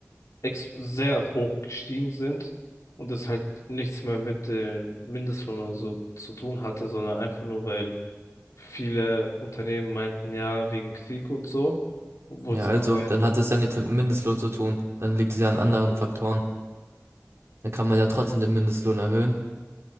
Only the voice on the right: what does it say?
Ja,
also
dann hat es ja nichts mit dem Mindestlohn zu tun. Dann liegt es ja an anderen Faktoren. Dann kann man ja trotzdem den Mindestlohn erhöhen.